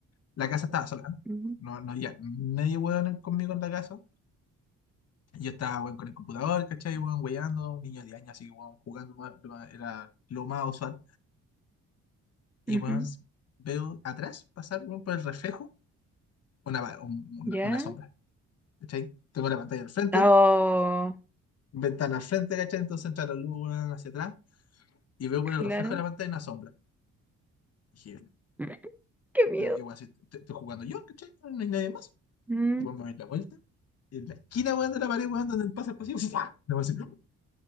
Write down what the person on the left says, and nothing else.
la casa estaba sola. ¿eh?
No, no había nadie, weón, en- conmigo en la casa. Yo estaba, weón, con el computador, ¿cachai? Weón, weyando, un niño de 10 años, así que, weón, jugando ma- lo más- era lo más usual. Y,
weón, s- veo atrás pasar, weón, por el reflejo, una, va- un- una,
una sombra, ¿cachai? Tengo la pantalla al frente
ventana al frente, ¿cachai? Entonces entra la luz weón, hacia atrás y veo por
el reflejo de la pantalla una sombra. Dije,
pero qué weón, si est- estoy jugando yo, ¿cachai? No hay nadie más.
Y weón me doy la vuelta. Y en la esquina, weón, de la pared, weón, donde pasa el pasillo, ¡fua! Y weón, así,